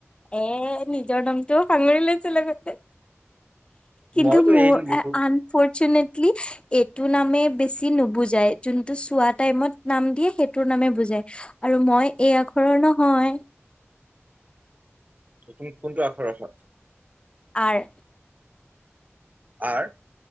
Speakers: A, on the left (about 20°); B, on the right (about 35°).
A: এ নিজৰ নামটো সামৰি লৈছে লগতে। কিন্তু
B: মইতো
A: মোৰ
B: এ ডি লিখো
A: আনফৰ্চুনেটলি এইটো নামে বেছি নুবুজাই যোনটো চোৱা টাইমত নাম দিয়ে সেইটোৰ নামে বুজাই। আৰু মই এ' আখৰৰ নহয়।
B: সেইখিনিত কোনটো আখাৰ আছে?
A: আৰ
B: আৰ